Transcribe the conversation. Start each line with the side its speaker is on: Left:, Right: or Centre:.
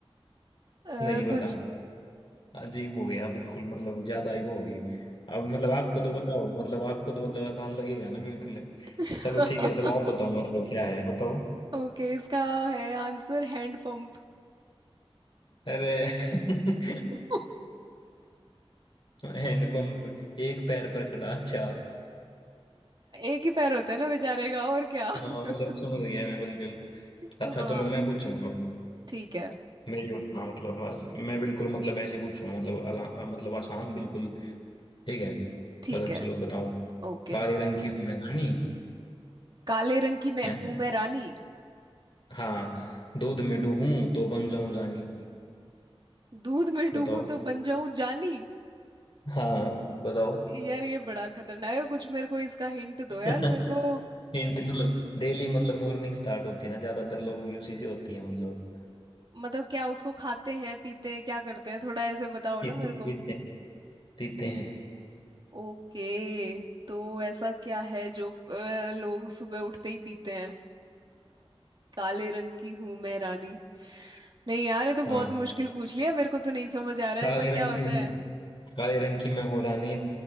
Right: अ,
Left: नहीं
Right: कुछ
Left: बता अजीब हो गया बिल्कुल मतलब ज्यादा ही वो होगी अब मतलब आपको तो बताओ मतलब आपको तो मतलब आसान लगेगा ना बिल्कुल ही।
Right: <laughs>
Left: चलो ठीक है चलो आप बताओ मतलब क्या है बताओ
Right: ओके इसका है आंसर हैंड पंप
Left: अरे <laughs>
Right: <laughs>
Left: हैंड पंप एक पैर पर खड़ा अच्छा
Right: एक ही पैर होता है ना बेचारे का और क्या
Left: हाँ
Right: <laughs>
Left: मतलब समझ गया मैं बिल्कुल
Right: हाँ
Left: अच्छा चलो मैं पूछूंगा अब।
Right: ठीक है
Left: मेरी बात ना मतलब आज मैं बिल्कुल मतलब ऐसे ही पूछूंगा मतलब अला, मतलब आसान बिल्कुल ठीक है
Right: ठीक
Left: मतलब
Right: है
Left: चलो बताओ
Right: ओके
Left: काले रंग की हूं मैं रानी
Right: काले रंग की मैं
Left: है ना
Right: हूं मैं रानी
Left: हाँ दूध में डूबूं तो बन जाऊं जानी
Right: दूध में डूबूं
Left: बताओ
Right: तो बन जाऊं जानी
Left: हाँ बताओ
Right: यार ये बड़ा खतरनाक है कुछ मेरे को इसका हिंट दो
Left: <laughs>
Right: यार मेरे को
Left: हिंट मतलब डेली मतलब मॉर्निंग स्टार्ट होती है ना ज्यादातर लोगों की उसी से होती है मतलब
Right: मतलब क्या उसको खाते हैं पीते हैं क्या करते हैं थोड़ा ऐसे बताओ
Left: पीते
Right: ना मेरे
Left: पीते
Right: को
Left: हैं पीते हैं
Right: ओके तो ऐसा क्या है जो अ, लोग सुबह उठते ही पीते हैं अ, काले रंग की हूं मैं रानी नहीं यार ये तो बहुत
Left: हाँ
Right: मुश्किल पूछ लिया मेरे को तो नहीं समझ आ रहा है
Left: काले
Right: ऐसा क्या
Left: रंग
Right: होता
Left: की
Right: है
Left: हूँ काले रंग की मैं हूँ रानी